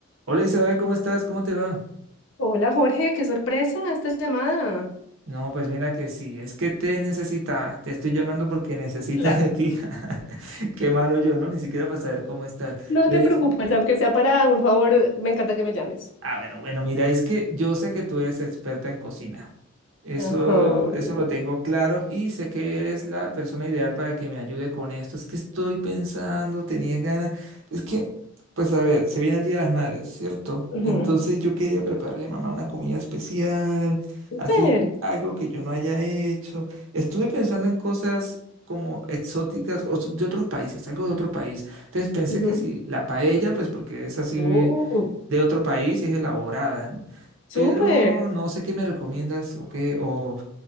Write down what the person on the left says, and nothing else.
Hola Jorge, qué sorpresa esta llamada.
Claro.
No
te preocupes, aunque sea para un favor, me encanta que me llames.
Ajá.
ujú,
Súper.
ujú,
oh,
súper.